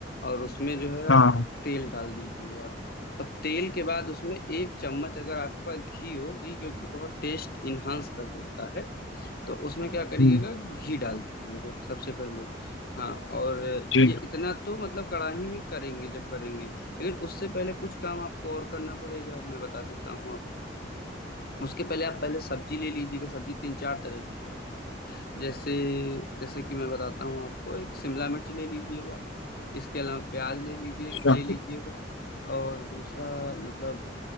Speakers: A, on the left; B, on the left.
A: और उसमें जो है
B: हाँ
A: आप तेल डाल दीजिएगा और तेल के बाद उसमें एक चम्मच अगर आपके पास घी हो घी क्योंकि बहुत टेस्ट इन्हांस कर देता है तो उसमें क्या करिएगा
B: हम्म,
A: कि घी डाल दीजिएगा सबसे पहले हाँ और
B: जी
A: ये इतना तो मतलब कढ़ाई में करेंगे जब करेंगे लेकिन उससे पहले कुछ काम आपको और करना पड़ेगा मैं बता देता हूँ आपको उसके पहले आप पहले सब्जी ले लीजिएगा सब्जी तीन चार तरह की ले लीजिएगा। जैसे जैसे कि मैं बताता हूँ आपको एक शिमला मिर्च ले लीजिएगा इसके अलावा प्याज ले लीजिए
B: अच्छा
A: ले लीजिएगा और दूसरा मतलब